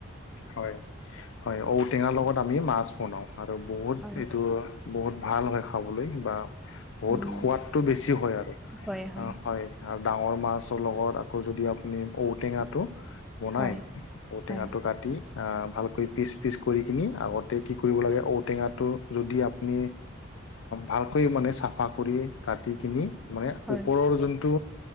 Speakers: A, on the left; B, in the centre.
A: হয়। হয় ঔটেঙাৰ লগত আমি মাছ বনাওঁ আৰু বহুত
B: হয়
A: এইটো। বহুত ভাল হয় খাবলৈ বা বহুত
B: উম
A: সোৱাদটো বেছি হয় আৰু।
B: হয় হয়
A: হয় আৰু ডাঙৰ মাছৰ লগত আকৌ যদি আপুনি ঔটেঙা। বনাই
B: হয়
A: ঔটেঙাটো
B: হয়
A: কাটি আহ ভালকৈ পিচ পিচ কৰি কিনি আগতে কি কৰিব লাগে ঔটেঙাত টো যদি আপুনি ভালকৈ মানে চাফা কৰি কাটি কিনি মানে
B: হয়
A: ওপৰৰ যোনটো